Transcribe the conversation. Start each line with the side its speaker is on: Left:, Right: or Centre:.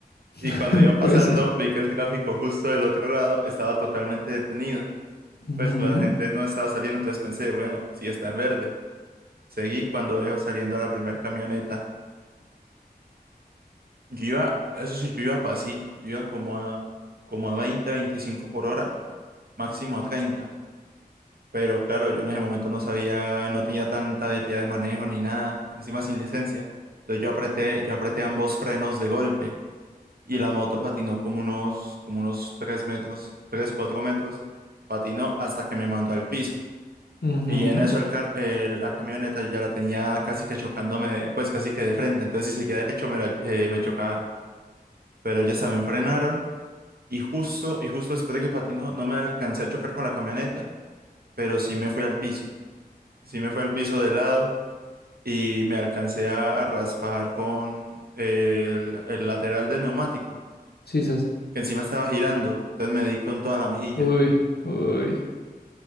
Left: <laughs>
Right: Y cuando
Left: No
Right: iba
Left: puede
Right: pasando,
Left: ser.
Right: vi que el tráfico justo del otro lado estaba totalmente detenido.
Left: mhm
Right: Pues la gente no estaba saliendo, entonces pensé, bueno, sí está en verde. Seguí cuando veo saliendo a la primera camioneta. Yo iba, eso sí, yo iba a pasito, yo iba como a, como a 20, 25 por hora, máximo a 30. Pero claro, yo en ese momento no sabía, no tenía tanta habilidad de manejo ni nada, encima sin licencia. Entonces yo apreté, yo apreté ambos frenos de golpe. y la moto patinó como unos, como unos 3 metros, 3 4 metros, patinó hasta que me mandó al piso.
Left: mhm
Right: Y en eso el car- el- la camioneta ya la tenía casi que chocándome, pues casi que de frente, entonces si seguía derecho me, la- eh, me chocaba, pero ellos también frenaron y justo, y justo después de que patinó no me alcancé a chocar con la camioneta, pero sí me fui al piso, sí me fui al piso de lado. Y me alcancé a raspar con el el lateral del neumático.
Left: Sisas.
Right: que encima estaba girando, entonces me di con toda la mejilla.
Left: Uy, uy.